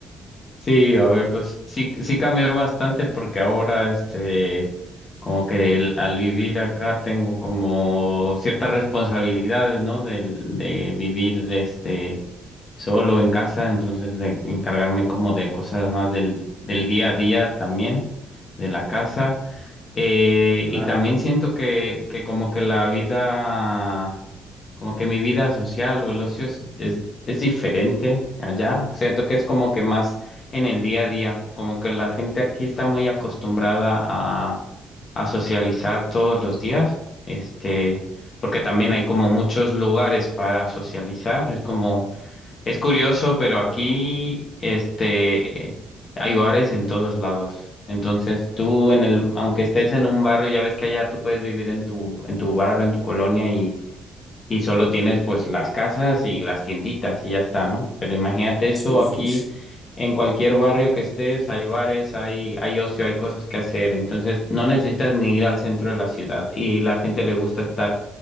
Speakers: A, on the left; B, on the left.
A: Sí, a ver, pues sí, sí cambió bastante porque ahora, este, como que el- al vivir acá tengo como ciertas responsabilidades, ¿no? De, de vivir, este, solo en casa, entonces de encargarme como de cosas más del, del día a día también, de la casa. Eh,
B: Claro.
A: y también siento que, que como que la vida, como que mi vida social o el ocio es, es, es diferente allá. Siento que es como que más en el día a día, como que la gente aquí está muy acostumbrada a, a socializar todos los días, este, porque también hay como muchos lugares para socializar, es como es curioso, pero aquí este hay bares en todos lados. Entonces, tú en el aunque estés en un barrio, ya ves que allá tú puedes vivir en tu en tu barrio, en tu colonia y y solo tienes pues las casas y las tienditas y ya está, ¿no? Pero imagínate eso
B: Sí, sí.
A: aquí en cualquier barrio que estés, hay bares, hay, hay ocio, hay cosas que hacer, entonces no necesitas ni ir al centro de la ciudad y la gente le gusta estar